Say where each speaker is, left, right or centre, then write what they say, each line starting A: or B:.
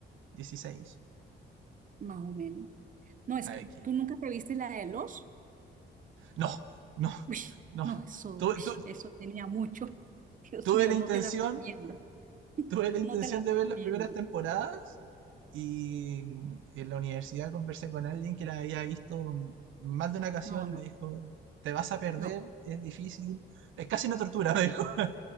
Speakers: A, on the right (about 75°); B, on the right (about 40°).
A: dieciséis.
B: Más o menos. No, es
A: A
B: que
A: ver, ¿qué?
B: tú nunca te viste la de los.
A: No, no,
B: Uy,
A: no.
B: no, eso,
A: Tuve,
B: uy,
A: tu-
B: eso tenía mucho. <laughs> Dios
A: tuve
B: mío,
A: la
B: no
A: intención,
B: te la recomiendo.
A: tuve la intención
B: No te la
A: de
B: recomiendo.
A: ver las primeras temporadas y en la universidad conversé con alguien que la había visto más de una ocasión
B: No,
A: y
B: no,
A: me dijo, te vas a perder,
B: no.
A: es difícil, es casi una tortura, me dijo. <laughs>